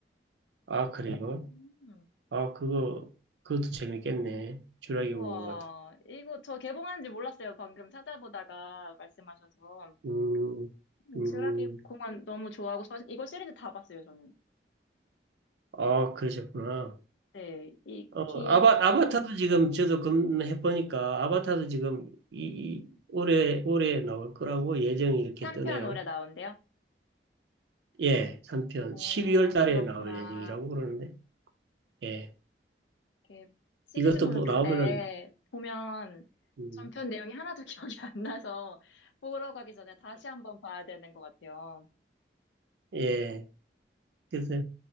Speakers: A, on the right; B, on the left.
A: 아 그래요?
B: 음,
A: 아 그거
B: 우-
A: 그것도 재밌겠네. 주라기
B: 우와
A: 공군 같은.
B: 이거 저 개봉하는지 몰랐어요. 방금 찾아보다가 말씀하셔서
A: 음,
B: 음,
A: 음,
B: 쥬라기 공원 너무 좋아하고 저 이거 시리즈 다 봤어요 저는.
A: 아 그러셨구나.
B: 네, 이기
A: 어, 아바, 아바타도 지금 저도 검해보니까 아바타도 지금 이, 이- 올해, 올해 나올 거라고 예정이 이렇게
B: 3편
A: 뜨네요.
B: 올해 나온대요.
A: 예, 3편.
B: 어,
A: 12월 달에
B: 그렇구나.
A: 나올 예정이라고 그러는데, 예.
B: 이렇게 시리즈물은
A: 이것도 뭐
B: 근데
A: 나오면은,
B: 보면
A: 음,
B: 전편 내용이 하나도 <laughs> 기억이 안 나서 보러 가기 전에 다시 한번 봐야 되는 것 같아요.
A: 예. 그래서